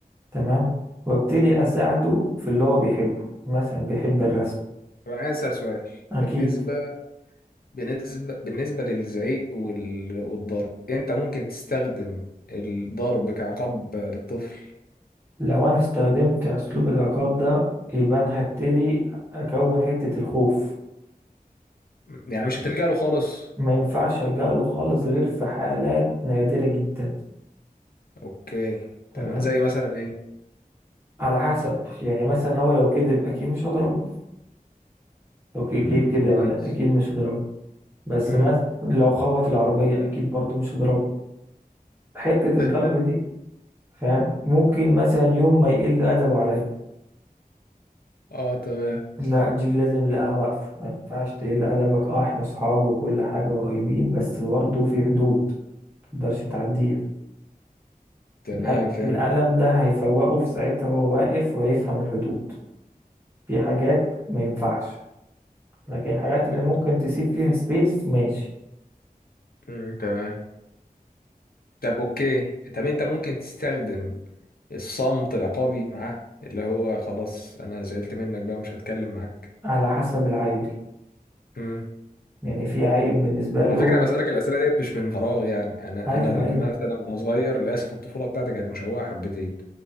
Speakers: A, on the right (about 15°); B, on the left (about 80°).
A: تمام وابتدي اساعده في اللي هو بيحبه مثلا بيحب الرسم
B: طب انا عايز اسال سؤال
A: اكيد
B: بالنسبه بالنسبه بالنسبه للزعيق وال... والضرب انت ممكن تستخدم الضرب كعقاب للطفل
A: لو انا استخدمت اسلوب العقاب ده يبقى انا هبتدي اكون حتة الخوف
B: يعني مش هتلجأ له خالص
A: ما ينفعش الجأ له خالص غير في حالات نادرة جدا
B: اوكي
A: تمام
B: تمام زي مثلا ايه
A: على حسب يعني مثلا هو لو كذب اكيد مش هضربه لو ك- جه
B: امم
A: كذب
B: كويس
A: على اكيد مش هضربه بس
B: امم
A: مثلا لو خبط العربية اكيد برضو مش هضربه حتة
B: <laughs>
A: الضرب دي فاهم ممكن مثلا يوم ما يقل ادبه عليا
B: اه تمام
A: لا دي لازم لا واقفة ما ينفعش تقل أدبك اه احنا صحاب وكل حاجة قريبين بس برضه في حدود متقدرش تعديها
B: تمام
A: القل-
B: فهمت
A: القلم ده هيفوقه في ساعتها وهو واقف وهيفهم الحدود في حاجات ما ينفعش لكن الحاجات اللي
B: فهمت
A: ممكن تسيب فيها سبيس ماشي
B: امم تمام طب اوكي طب انت ممكن تستخدم الصمت العقابي معاه اللي هو خلاص انا زعلت منك بقى ومش هتكلم معاك
A: على حسب العيل
B: امم
A: يعني في عيل بالنسبة له
B: على فكره انا بسالك الاسئله ديت مش من فراغ يعني انا
A: أيوه
B: انا ال-
A: أيوه
B: مثلا وانا صغير للاسف الطفوله بتاعتي كانت مشوهه حبتين